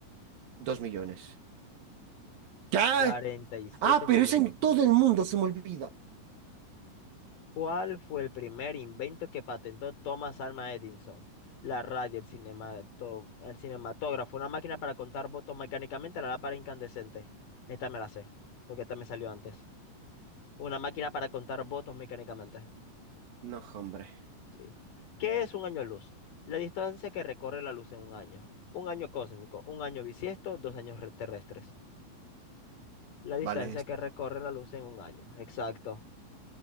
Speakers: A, on the right (about 75°); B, on the left (about 65°).
A: 2 millones. ¿Qué?
B: 47
A: Ah,
B: millones.
A: pero es en todo el mundo, se me olvida.
B: ¿Cuál fue el primer invento que patentó Thomas Alva Edison? La radio, el cinemato- el cinematógrafo, una máquina para contar votos mecánicamente a la lámpara incandescente. Esta me la sé, porque esta me salió antes. Una máquina para contar votos mecánicamente.
A: No, hombre.
B: Sí. ¿Qué es un año luz? La distancia que recorre la luz en un año. Un año cósmico, un año bisiesto, dos años re- terrestres. La
A: Vale,
B: distancia que recorre la luz en un año. Exacto.